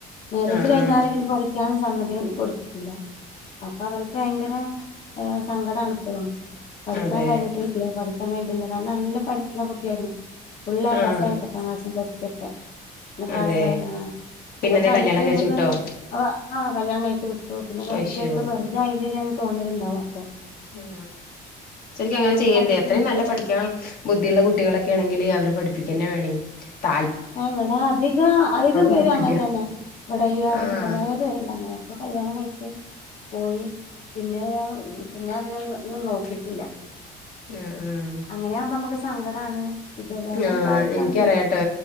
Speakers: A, on the left (about 45°); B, on the left (about 60°).
A: മാരേജ്
B: ആഹ്
A: കഴിഞ്ഞാല്
B: ആഹ്
A: പിന്നെ പഠിക്കാും സമ്മതി കൊടുത്തിട്ടില്ല അപ്പൊ അവർക്ക് ഭയങ്കര ഏ സങ്കട ആണ ഇപ്പോഴും പഠിക്കാൻ
B: അതെ
A: കഴിഞ്ഞിട്ടില്ലോ പഠിക്കാൻ കഴിഞ്ഞിട്ടില്ല കാരണം നല്ല പഠിക്കുന്ന കുട്ടിയായിരുന്നു ഫുള്ള് എ
B: ആഹ്
A: പ്ലസ് ആയിരുന്നു പത്താംക്ളാസ്സും പ്ലസ് റ്റും ക്കെ പാസ്സായി
B: അതെ
A: ആ
B: പിന്നെന്താ
A: അപ്പൊ പഠിപ്പ
B: കല്യാണം
A: നമ്മക്ക്
B: കഴിച്ചു വിട്ടോ
A: അ ആ കല്യാണം കഴിച്ചു വിട്ടു പിന്നെ വെറുതെ
B: അയ്ശോ
A: ഒക്കെ വെറുതെ ആയില്ലന്ന് തോന്നലുണ്ടാവും അപ്പൊ
B: ഉ ശരിക്കും അങ്ങനെ
A: നമ്മള്
B: ചെയ്യരുത്
A: പഠിക്കുന്ന
B: എത്രയും നല്ല പഠിക്കൻ ബുദ്ധിയുള്ള കുട്ടികളൊക്കെ ആണെങ്കിൽ അവരെ പഠിപ്പിക്കന്ന വേണയ് താ
A: ആ ഇവിടെ അധികം അധികം പേര്
B: കുഴപ്പല്ല
A: അങ്ങനെ തന്നെ ഇവിടെ ഈ ഭാലത്ത്
B: ആഹ്
A: കുറെ പേരുണ്ടങ്ങനെ ഒക്കെ കല്യാണം കഴിച്ചച്ച് പോയി പിന്നെ ഒ ഞാൻ പിന്നെഅതിന ഒന്നും നോക്കിട്ടില്ല
B: ആഹ് ആഹ്
A: അങ്ങനാവുമ്പോ നമ്മക്ക് സങ്കടാണ് വിദ്യാഭ്യാസം
B: ആഹ്
A: ഉണ്ടായിട്ടാണല്ലോ
B: എനിക്കറിയട്ടോ